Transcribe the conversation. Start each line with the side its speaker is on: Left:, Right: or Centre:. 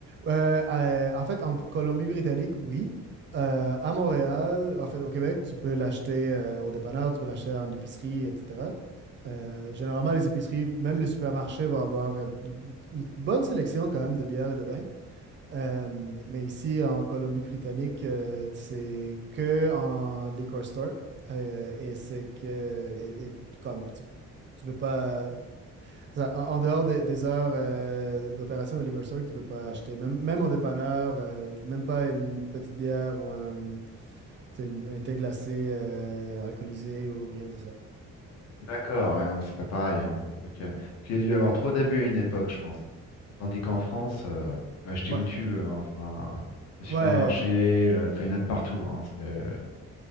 Right: Euh, euh, en fait, en Colombie-Britannique, oui. Euh, à Montréal, en fait, au Québec, tu peux l'acheter euh, au dépanneur, tu peux l'acheter en épicerie, etc. Euh, généralement, les épiceries, même les supermarchés vont avoir euh, une bonne sélection quand même de bières et de vins. Euh, mais ici, en Colombie-Britannique, euh, c'est que en liquor store. Euh, et c'est que, et, et comme tu, tu peux pas, ça, en, en dehors des, des heures euh, d'opération de liquor store, tu peux pas acheter, même, même au dépanneur, euh, même pas une petite bière ou un, tu sais, une- un thé glacé euh, alcoolisé ou rien de ça.
Left: D'accord, ouais, non, mais c'est pas pareil. hein. Ok. Parce qu'il y a dû y avoir trop d'abus à une époque, je pense. Tandis qu'en France, euh, tu peux acheter
Right: Ouais,
Left: où tu veux. hein. Enfin, le supermarché,
Right: ouais,
Left: le- enfin, il y en a de partout. hein. C'est